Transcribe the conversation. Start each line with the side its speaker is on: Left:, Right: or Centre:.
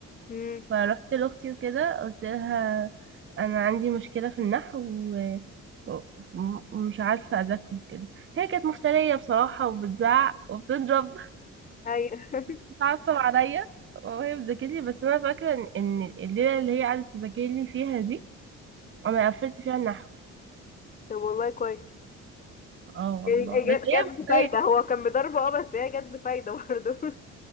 Left: امم
Right: فرحت لأختي وكده قلت لها أنا عندي مشكلة في النحو و... و- ومش عارفة أذاكره كده هي كانت مفترية بصراحة وبتزعق وبتضرب
Left: ايوه
Right: بتعصب عليا وهي بتذاكر لي بس انا فاكره ان إن الليله اللي هي قعدت تذاكر لي فيها دي انا قفلت فيها النحو
Left: طب والله كويس
Right: اه والله
Left: يعني
Right: بس
Left: جت
Right: هي
Left: جت
Right: مفترية
Left: بفايدة هو كان بضربه اه بس هي جت بفايدة برضه